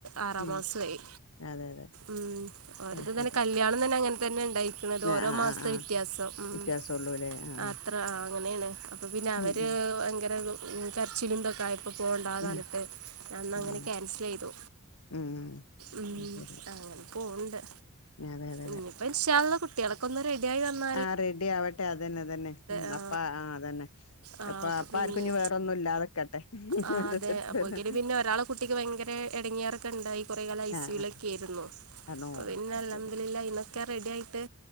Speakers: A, on the right; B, on the left.
A: ആറാം
B: ഉം
A: മാസോ ആയി
B: അതെ അതെ
A: ഉം. ഓരത്
B: അത് ശരി
A: തന്നെ കല്യാണം തന്നെ അങ്ങനെ തന്നെ ഇണ്ടായി ന്നത്.
B: ആഹ്
A: ഓരോ
B: ആഹ്
A: മാസത്തെ
B: ആഹ് ആഹ്
A: വ്യത്യാസം ഉം.
B: വ്യത്യാസൊള്ളൂല്ലേ ആഹ്
A: അ ത്ര അങ്ങനെയാണ്. അപ്പ പിന്നെ അവര്
B: ഉം ഉം
A: ഭയങ്കര കരച്ചിലും ഇതൊക്കെ ആയി ഇപ്പ പോണ്ടാന്ന്
B: ഉം
A: പറഞ്ഞിട്ട് ഞാന്നങ്ങനെ
B: ഉം
A: ക്യാൻസലെയ്തു.
B: ഉം
A: ഉം
B: അത് ശരി
A: അങ്ങനെ പോണ്ട്.
B: അതെ അതെ അതെ
A: ഇനിയിപ്പോ ഇൻഷാ അല്ലാഹ് കുട് ട്ട്യേളൊക്കെ ഒന്ന് റെഡിയായി വന്നാ
B: ആഹ് റെഡി ആവട്ടെ അതന്നെ അതന്നെ ഉം.
A: ആ.
B: അപ്പ ആഹ് അതന്നെ.
A: ആ
B: ഇപ്പൊ
A: അപ്പം
B: അപ്പ
A: പിന്നെ
B: ആർക്കും ഇഞ്ഞ് വേറൊന്നു ല്ലാത്ക്കട്ടെ.
A: ആഹ്
B: ഓരോര്ത്തർക്ക്
A: അതെ അപ്പോഴേക്കിന്
B: ഓരോ
A: പിന്നെ ഒരാളെ കുട്ടിക്ക് ഭയങ്കര എടങ്ങേറക്കെ ഇണ്ടായി കൊറെ കാലം ഐ സി
B: ആഹ്
A: യു വിലൊക്കെ ആയിരുന്നു.
B: ആണോ
A: ഇപ്പൊ പിന്നെ
B: അത്
A: അൽഹംദുലില്ലാഹ്
B: ശരി
A: അയിൽന്നൊക്കെ റെഡിയായിട്ട്